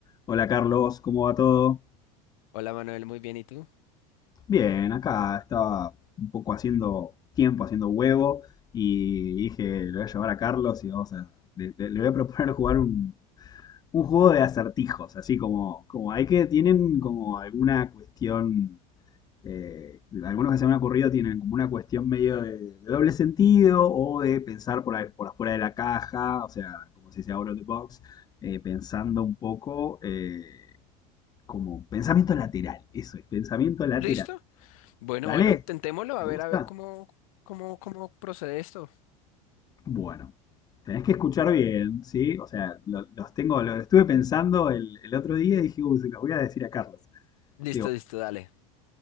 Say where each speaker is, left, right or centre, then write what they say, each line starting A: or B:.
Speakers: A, on the left; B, on the left.
A: Hola Carlos, ¿cómo va todo?
B: Hola Manuel, muy bien, ¿y tú?
A: Bien, acá estaba un poco haciendo tiempo, haciendo huevo y dije, le voy a llevar a Carlos y vamos a, le, le- le voy a proponer <laughs> jugar un, un juego de acertijos, así como, como hay que, tienen como alguna cuestión, eh, algunos que se me han ocurrido tienen como una cuestión medio de, de doble sentido o de pensar por, ahí- por afuera de la caja, o sea, como si se dice out of the box, eh, pensando un poco. eh, como pensamiento lateral, eso es, pensamiento lateral.
B: ¿Listo? Bueno,
A: ¿Vale?
B: bueno, intentémoslo, a
A: ¿Te gusta?
B: ver, a ver cómo, cómo, cómo procede esto.
A: Bueno, tenés que escuchar bien, ¿sí? O sea, lo- los tengo, lo estuve pensando el, el otro día y dije, uy, se los voy a decir a Carlos.
B: Listo,
A: Digo,
B: listo, dale.